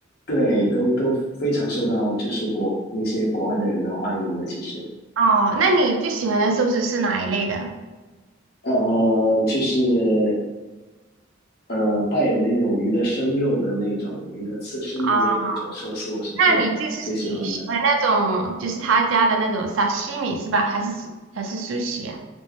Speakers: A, on the left; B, on the right.
A: 对都都非常受到就是国那些国外的人的欢迎的，其实。
B: 哦，那你最喜欢的寿司是哪一类的？
A: 呃，就是呃，带有那种鱼的生肉的那种鱼的刺身的那那种寿司，
B: 哦，
A: 我是最最喜欢的。
B: 那你就是喜喜欢那种就是他家的那种沙西米是吧？还是还是寿 u s